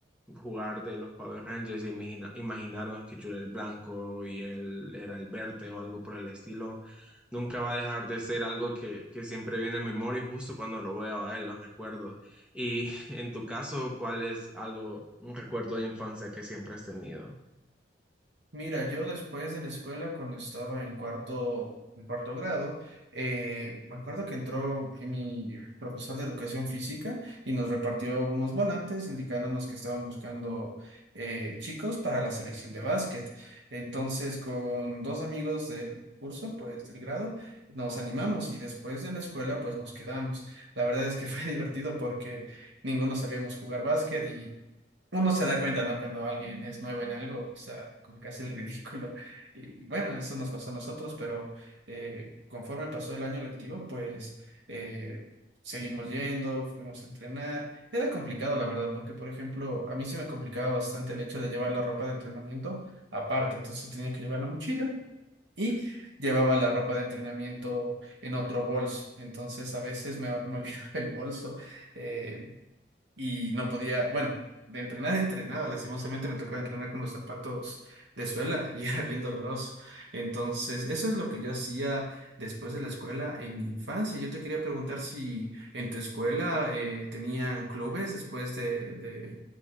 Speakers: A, in the centre; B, on the right.
A: jugar de los Power Rangers y imagina- imaginarnos que yo era el blanco y él era el verde o algo por el estilo, nunca va a dejar de ser algo que, que siempre viene a memoria y justo cuando lo veo a él lo recuerdo. Y <laughs> en tu caso, ¿cuál es algo, un recuerdo de infancia que siempre has tenido?
B: Mira, yo después de la escuela, cuando estaba en cuarto, en cuarto grado, eh, me acuerdo que entró mi profesor de educación física y nos repartió unos volantes indicándonos que estaban buscando eh, chicos para la selección de básquet. Entonces, con dos amigos del curso, pues del grado, nos animamos y después de la escuela, pues nos quedamos. La verdad es que <laughs> fue divertido porque ninguno sabíamos jugar básquet y uno se da cuenta, ¿no? Cuando alguien es nuevo en algo, o sea, como que hace el ridículo. Y bueno, eso nos pasó a nosotros, pero eh, conforme pasó el año lectivo, pues eh, seguimos yendo, fuimos a entrenar. Era complicado, la verdad, porque, por ejemplo, a mí se me complicaba bastante el hecho de llevar la ropa de entrenamiento aparte, entonces tenía que llevar la mochila. Y llevaba la ropa de entrenamiento en otro bolso. Entonces a veces me, me olvidaba el bolso. eh, y no podía, bueno, de entrenar <laughs> a entrenado lastimosamente me tocaba entrenar con los zapatos de suela y <laughs> era bien doloroso. Entonces, eso es lo que yo hacía después de la escuela en mi infancia. Yo te quería preguntar si en tu escuela eh, tenían clubes después de, de-